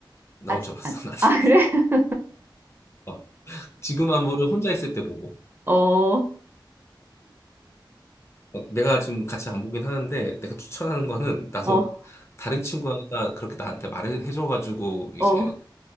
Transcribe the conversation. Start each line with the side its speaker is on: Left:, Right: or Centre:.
Left: 나
Right: 아직,
Left: 혼자 봤어,
Right: 아,
Left: 나 <laughs>
Right: 아, 그래? <laughs>
Left: 어, 지금 안보를 혼자 있을 때 보고.
Right: 어, 어,
Left: 어, 내가 지금 같이 안 보긴 하는데, 내가 추천하는 거는, 나도
Right: 어,
Left: 다른 친구가 그렇게 나한테 말해줘가지고, 이제,
Right: 어,